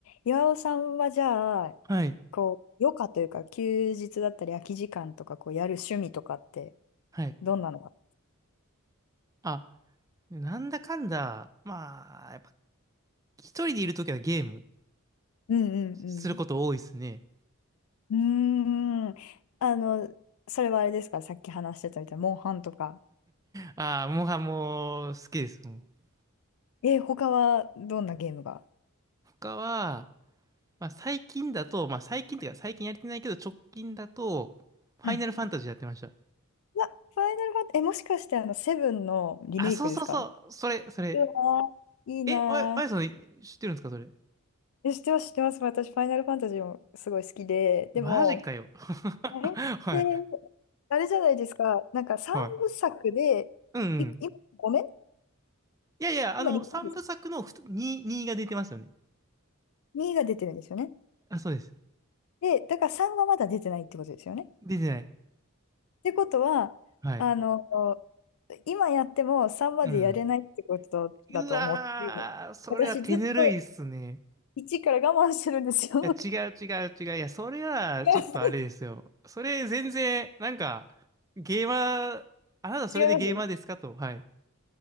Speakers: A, on the left; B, on the right.
A: 岩尾さんはじゃあ、
B: はい。
A: こう、余暇というか、休日だったり、空き時間とか、こう、やる趣味とかって、
B: はい。
A: どんなのが
B: あ、なんだかんだ、まあ、やっぱ一人でいるときはゲーム
A: うんうん
B: すること多いですね。
A: うん。うーん。あの、それはあれですか、さっき話してたみたいな、モンハンとか。
B: ああ、もはもう好きです、もう。
A: え、他はどんなゲームが
B: 他は、まあ最近だと、まあ最近っていうか最近やれてないけど直近だと、ファイナルファンタジーやってました。
A: はいあ、ファイナルファン、え、もしかして、あの、セブンのリメイクですかう
B: あ、そうそうそう、それ、それ。
A: わー、いいな
B: え、あや、あやさん知ってるんですか、それ。
A: ー。え、知ってます、知ってます。私、ファイナルファンタジーもすごい好きで、
B: マジかよ。
A: でも、
B: <laughs>
A: あれって、
B: はい、
A: あれじゃないですか。なんか三部作で、
B: はい。うんうん。
A: い、今ごめん
B: いやいや、あの、
A: 今2です
B: 三部作の2、2が出てますよね。
A: にが出てるんですよね。
B: あ、そうです。
A: で、だから3はまだ出てないってことですよね。っ
B: 出てない。
A: てことは、
B: はい。
A: あの、今やっても3までやれないってことだと思って、
B: うん。うわー、それは手ぬるいっすね。
A: 私ずっと1から我慢してるんですよ。
B: いや、違う違う違う。いや、それはちょっとあれですよ。
A: <laughs> 違います。
B: それ全然、なんか、ゲーマー、あなたそれでゲーマーですかと。
A: <laughs> 違います。
B: はい。